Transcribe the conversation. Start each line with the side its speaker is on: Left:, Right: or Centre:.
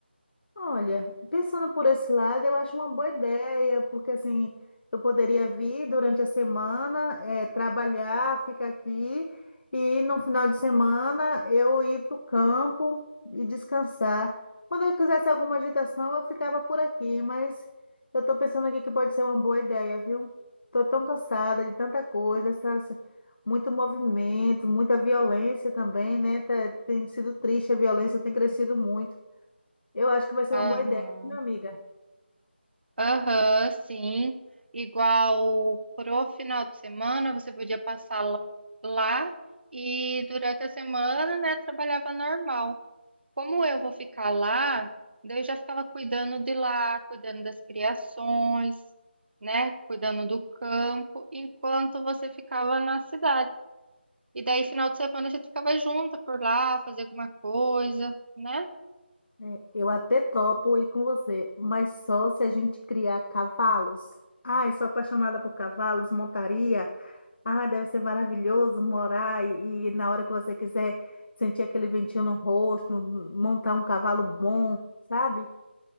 Left: Olha, pensando por esse lado, eu acho uma boa ideia, porque assim, eu poderia vir durante a semana, eh, trabalhar, ficar aqui, e no final de semana eu ir para o campo e descansar. Quando eu quisesse alguma agitação, eu ficava por aqui, mas eu estou pensando aqui que pode ser uma boa ideia, viu? Estou tão cansada de tanta coisa, essas, muito movimento, muita violência também, né? Tá- Tem sido triste, a violência tem crescido muito. Eu acho que vai ser
Right: Aham.
Left: uma boa ideia, minha amiga.
Right: Aham, sim. Igual pro final de semana, você podia passar lá lá e durante a semana, né, trabalhava normal. Como eu vou ficar lá, daí eu já ficava cuidando de lá, cuidando das criações, né, cuidando do campo, enquanto você ficava na cidade. E daí, final de semana, a gente ficava junto por lá, fazer alguma coisa, né?
Left: É, Eu até topo ir com você, mas só se a gente criar cavalos. Ai, sou apaixonada por cavalos, montaria. Ai, deve ser maravilhoso morar e, e na hora que você quiser sentir aquele ventinho no rosto, montar um cavalo bom, sabe?